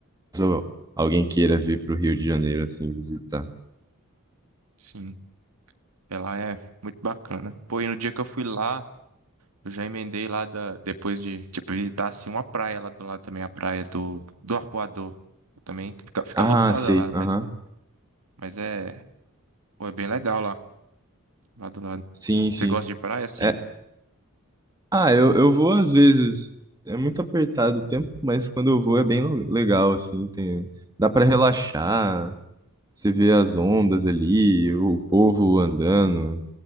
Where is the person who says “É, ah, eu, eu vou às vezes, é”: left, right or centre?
Right